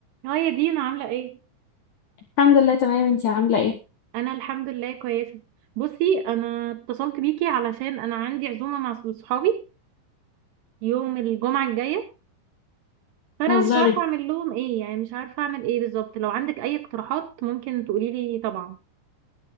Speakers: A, on the right (about 75°); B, on the left (about 70°).
A: اه يا دينا عاملة ايه؟
B: الحمد لله تمام انتي عاملة ايه؟
A: انا الحمد لله كويسة بصي انا اتصلت بيكي علشان انا عندي عزومة مع صحابي يوم الجمعة الجاية فانا
B: هزاري
A: مش عارفة اعمل لهم ايه يعني مش عارفة اعمل ايه بالظبط لو عندك اي اقتراحات ممكن تقولي لي طبعا